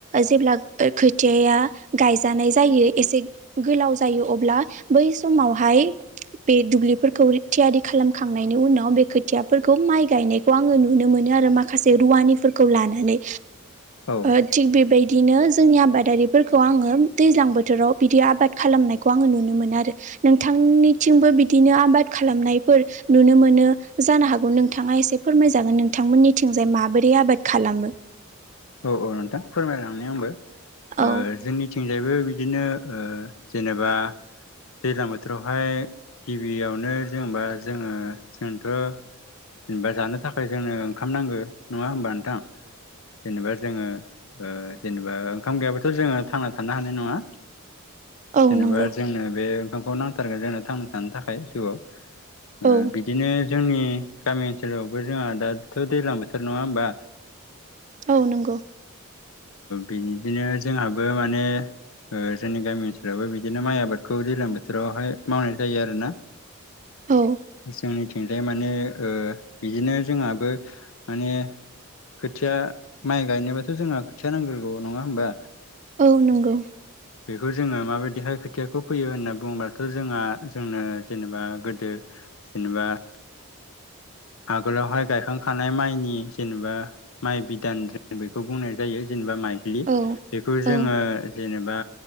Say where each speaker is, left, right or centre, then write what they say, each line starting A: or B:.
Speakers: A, on the right; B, on the left.
A: जेब्ला खोथियाया गायजानाय जायो एसे गोलाव जायो अब्ला बै समावहाय बे दुब्लिफोरखौ थियारि खालामखांनायनि उनाव बे खोथियाफोरखौ माइ गायनाय खौ आङो नुनो मोनो आरो माखासे रुवानिफोरखौ लानानै।
B: औ
A: ओ थिग बेबायदिनो जोंनि आबादारिफोरखौ आङो दैज्लां बोथोराव बिदि आबाद खालामनायखौ आङो नुनो मोनो आरो। नोंथांनिथिंबो बिदिनो आबाद खालामनायफोर नुनो मोनो जानो हागौ नोंथाङा एसे फोरमायजागोन नोंथांमोननिथिंजाय माबोरै आबाद खालामो।
B: औ औ नोंथां फोरमायलांनानै आंबो।
A: औ
B: ओ जोंनि थिंजायबो बिदिनो ओ जेनेबा दै्लां बोथोरावहाय गिबियावनो जेनेबा जोङो जोंथ' जेनबा जानो थाखाय जोंनो ओंखाम नांगौ नङा होमबा नोंथां। जेनेबा जोङो ओ जेनेबा ओंखाम गैयाब्लाथ' जोङो थांना थानो हानाय नङा।
A: औ
B: जेनेबा
A: नंगौ
B: जोंनो बे ओंखामखौ नांथारगोन जोंनो थांना थानो थाखाय जिउआव। ओ
A: औ
B: बिदिनो जोंनि गामि ओनसोलावबो जोंहा दाथ' दैज्लां बोथोर नङा होमबा?
A: औ नंगौ।
B: बिदिनो जोंहाबो माने ओ जोंनि गामि ओनसोलावबो बिदिनो माइ आबादखौ दैज्लां बोथोरावहाय मावनाय जायो आरो ना।
A: औ
B: जोंनिथिंजाय माने बिदिनो जोंहाबो माने खोथिया माइ गायनोबाथ' जोंहा खोथिया नांग्रोगौ नङा होमबा‌
A: औ नंगौ
B: बेखौ जोङो माबायदिहाय खोथियाखौ फैयो होनना बुङोबथ' जोंहा जोंनो जेनेबा गोदो जेनेबा आगोलावहाय गायखांखानाय माइनि जेनेबा माइ बिदान जों बेखौ बुंनाय जायो जेनेबा माइग्लि
A: औ
B: बेखौ जोङो
A: औ
B: जेनेबा